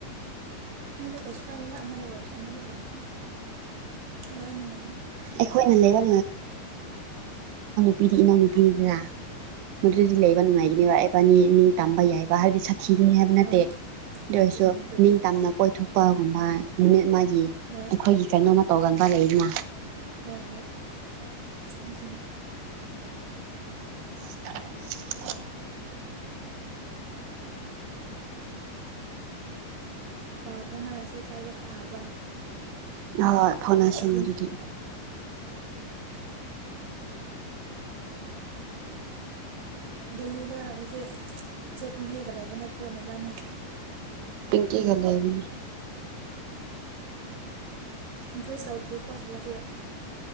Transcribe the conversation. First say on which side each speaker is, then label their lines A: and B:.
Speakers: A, on the right (about 60°); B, on the right (about 85°).
A: ꯃꯣꯏꯗ ꯀꯩꯁꯨ ꯀꯥꯏꯗꯦꯗ ꯑꯃꯗ ꯑꯣꯏꯔꯁꯨ ꯑꯃꯗ ꯑꯣꯏꯔꯁꯨ ꯂꯣꯏꯅ ꯌꯥꯏ
B: ꯑꯩꯈꯣꯏꯅ ꯂꯩꯕ ꯄꯔꯤ ꯏꯅꯥꯅꯅ ꯄꯅꯤꯗꯌꯥ ꯃꯗꯨꯗꯤ ꯂꯩꯕ ꯅꯨꯡꯉꯥꯏꯒꯅꯦꯕ ꯑꯦꯕꯥꯅꯤ ꯅꯤꯡ ꯇꯝꯕ ꯌꯥꯏꯕ ꯍꯥꯏꯕꯗꯤ ꯁꯥꯊꯤꯒꯅꯤ ꯍꯥꯏꯕ ꯅꯠꯇꯦ
A: ꯍꯣꯏ
B: ꯑꯗꯨ ꯑꯣꯏꯁꯨ
A: ꯆꯨꯝꯃꯦ ꯑꯗꯨꯗꯤ
B: ꯅꯤꯡꯇꯝꯅ ꯀꯣꯏꯊꯣꯛꯄꯒꯨꯝꯕ ꯅꯨꯃꯤꯠ ꯃꯥꯒꯤ
A: ꯍꯣꯏ
B: ꯑꯩꯈꯣꯏꯒꯤ ꯀꯩꯅꯣꯃ ꯇꯧꯒꯅꯤ ꯐ ꯂꯩꯗꯅ
A: ꯍꯣꯏ ꯍꯣꯏ ꯆ ꯆꯨꯝ
B: <inaudible>
A: ꯄꯥꯎꯕꯥꯎꯅꯁꯦ ꯀꯥꯏꯗ ꯐꯥꯕ
B: ꯍꯣꯏ ꯐꯣꯟꯅꯥꯁꯦ
A: ꯑꯗꯨꯝ
B: ꯃꯗꯨꯗꯤ
A: ꯗꯦꯜꯂꯤꯗ ꯍꯧꯖꯤꯛ ꯆꯞꯄꯤꯡ ꯌꯦꯡꯒꯠꯂꯕ ꯅꯠꯇ꯭ꯔꯣ ꯕꯥꯅꯦ
B: ꯀꯒ ꯂꯅꯦ
A: ꯏꯟꯐ꯭ꯂꯨꯌꯦꯁ ꯇꯧꯗ꯭ꯔꯦꯀꯣꯁꯤꯜꯂꯁ